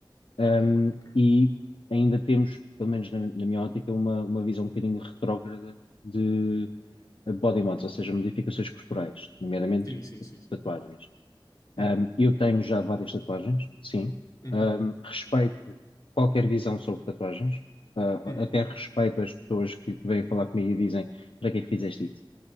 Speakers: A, on the left; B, on the left.
A: ehm,
B: ok, ok.
A: e ainda temos, pelo menos na, na minha ótica, uma, uma visão um bocadinho retrógrada de body mods, ou seja, modificações corporais, nomeadamente
B: Sim, sim, sim, sim.
A: tatuagens.
B: Uhum,
A: Um, eu tenho já várias tatuagens, sim.
B: uhum,
A: Um, respeito qualquer visão sobre tatuagens. Uh,
B: uhum.
A: até respeito as pessoas que, que vêm falar comigo e dizem: para que é que fizeste isso?